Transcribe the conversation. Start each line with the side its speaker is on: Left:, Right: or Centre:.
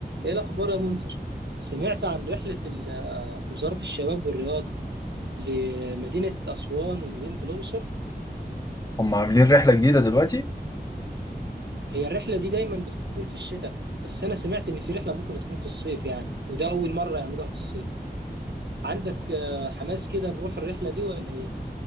Right: ايه الاخبار يا منذر سمعت عن رحله ال- وزاره الشباب والرياضه لمدينه اسوان ومدينه الاقصر
Left: هم عاملين رحلة جديدة دلوقتي
Right: هي الرحله دي دايما بتكون في الشتاء بس انا سمعت ان في رحله ممكن تكون في الصيف يعني وده اول مره يعملوها في الصيف عندك آه، حماس كده نروح الرحله دي ولا ايه